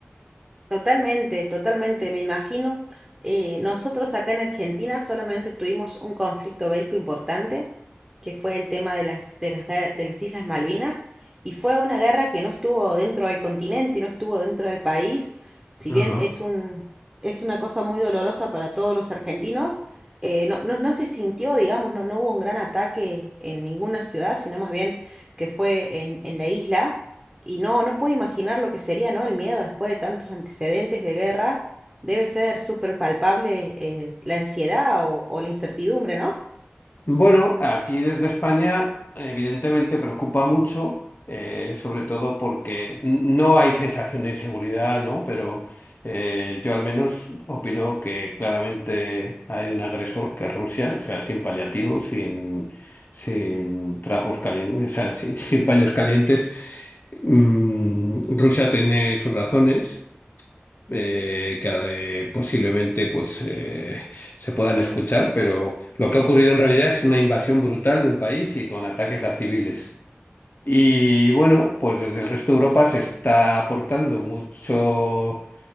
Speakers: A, on the right (about 15°); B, on the left (about 50°).
A: Totalmente, totalmente, me imagino. eh, nosotros acá en Argentina solamente tuvimos un conflicto bélico importante, que fue el tema de las, de las, guer- de las Islas Malvinas, y fue una guerra que no estuvo dentro del continente, no estuvo dentro del país, si
B: Ajá.
A: bien es un, es una cosa muy dolorosa para todos los argentinos, eh, no, no, no se sintió, digamos, no, no hubo un gran ataque en ninguna ciudad, sino más bien que fue en, en la isla. Y no, no puedo imaginar lo que sería, ¿no? El miedo después de tantos antecedentes de guerra. Debe ser súper palpable eh, la ansiedad o, o la incertidumbre, ¿no?
B: Bueno, aquí desde España evidentemente preocupa mucho, eh, sobre todo porque n- no hay sensación de inseguridad, ¿no? Pero eh, yo al menos opino que claramente hay un agresor que es Rusia, o sea, sin paliativos, sin, sin trapos calientes, o sea, sin, <laughs> sin paños calientes. Mm, Rusia tiene sus razones eh, que eh, posiblemente pues, eh, se puedan escuchar, pero lo que ha ocurrido en realidad es una invasión brutal de un país y con ataques a civiles. Y bueno, pues desde el resto de Europa se está aportando mucho,